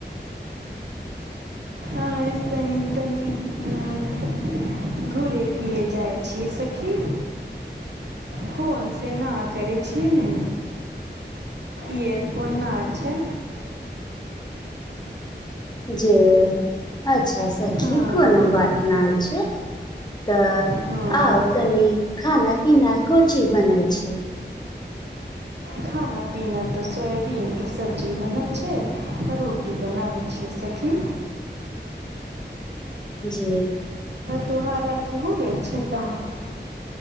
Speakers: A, on the right; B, on the left.
A: तनी <unintelligible> <unintelligible> घुरे फिरै जाइ छीये सखी फोनसँ न करै छियै ने इयरफोन ना छै
B: जी अच्छा सखी
A: हँ
B: कोनो बात नाहि छै तऽ
A: हँ
B: आउ कनी खाना पीना कुछी बनय छै
A: खाना पीना त सोयबीन के सब्जी बनल छै रोटी बनाबे छै सखी
B: जी
A: तोहार आरके हो गेल छै काम